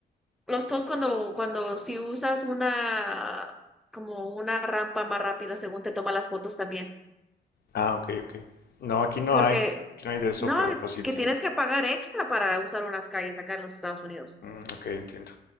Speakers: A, in the centre; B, on the left (about 60°).
A: Los toes cuando, cuando si usas una, como una rampa más rápida según te toma las fotos también.
B: Ah, ok, ok. No, aquí no
A: Porque,
B: hay, aquí no hay de eso,
A: no,
B: pero pues sí entiendo.
A: que tienes que pagar extra para usar unas calles acá en los Estados Unidos.
B: Mm, ok, entiendo.